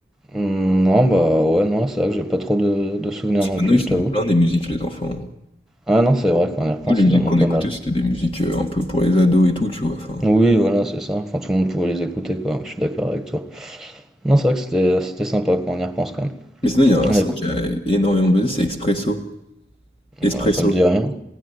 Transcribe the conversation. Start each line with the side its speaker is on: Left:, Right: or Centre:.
Centre: Hmm, Non, bah ouais, non, c'est vrai que j'ai pas trop de, de souvenirs
Left: Parce
Centre: non
Left: que
Centre: plus,
Left: Maintenant,
Centre: je t'avoue.
Left: ils en ont plein des musiques, les enfants.
Centre: Ah non, c'est vrai, quand on y repense,
Left: Nous, les musiques
Centre: ils en
Left: qu'on
Centre: ont pas
Left: écoutait,
Centre: mal.
Left: c'était des musiques, heu, un peu pour les ados et tout, tu vois? Enfin
Centre: Oui, voilà, c'est ça. Enfin, tout le monde pouvait les écouter, quoi. Je suis d'accord avec toi. Non, c'est vrai que c'était c'était sympa quand on y repense quand même.
Left: mais sinon, il y a un
Centre: On
Left: son
Centre: écoute,
Left: qui a énormément buzzé, c'est Expresso Espresso.
Centre: euh, ça me dit rien.